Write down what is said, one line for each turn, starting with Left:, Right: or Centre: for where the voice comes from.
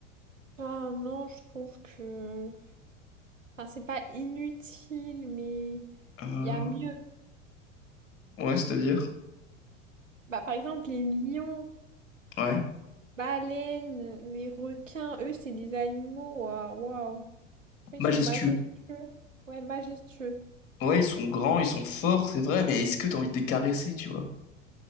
Right: Enfin, non, je trouve que... Enfin, c'est pas inutile, mais
Left: Euh,
Right: il y a mieux.
Left: ouais c'est-à-dire.
Right: Bah, par exemple, les lions,
Left: Ouais.
Right: baleines, les requins, eux, c'est des animaux. euh, Waouh. Ils
Left: majestueux.
Right: sont majestueux. Ouais, majestueux.
Left: Ouais, ils sont grands, ils sont forts, c'est vrai, mais est-ce que t'as envie de les caresser, tu vois?